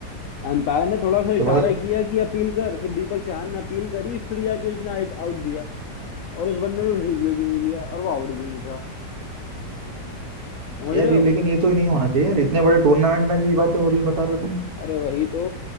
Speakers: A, on the left (about 80°); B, on the right (about 60°).
A: एम्पायर ने थोड़ा सा इशारा
B: तो मतलब
A: किया कि अपील कर फिर दीपक चाहर ने अपील करी फिर जाके उसने आउट दिया और उस बंदे ने रिव्यू भी नहीं लिया और वो आउट भी नहीं था समझ
B: यार
A: रहे
B: ये
A: हो
B: लेकिन ये तो नहीं होना चाहिए यार इतने बड़े टूर्नामेंट में से ये बातें हो रही हैं, बता रहे हो तुम
A: अरे वही तो